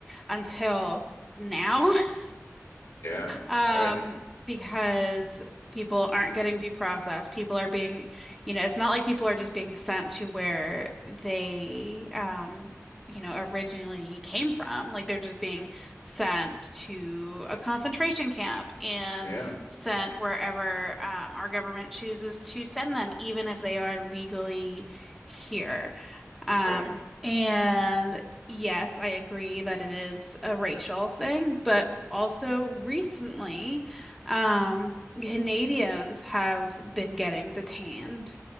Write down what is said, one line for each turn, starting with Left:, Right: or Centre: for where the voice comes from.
Centre: until now. <laughs>
Left: Yeah,
Centre: Um,
Left: right.
Centre: because people aren't getting due process. People are being, you know, it's not like people are just being sent to where they, um, you know, originally came from. Like they're just being sent to a concentration camp and
Left: Yeah,
Centre: sent wherever, um, our government chooses to send them, even if they are legally here. Um,
Left: right.
Centre: and yes, I agree that it is a racial thing, but also recently, um, Canadians have been getting detained,